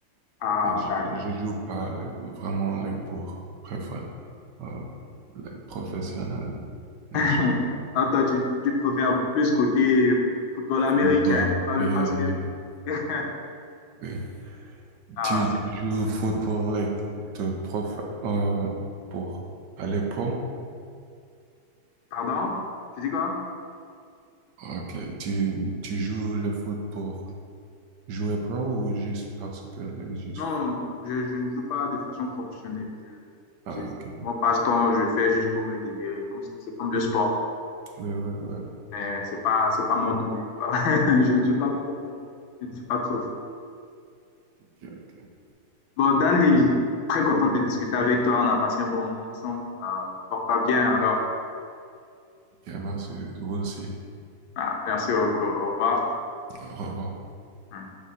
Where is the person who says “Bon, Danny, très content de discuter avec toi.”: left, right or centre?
Left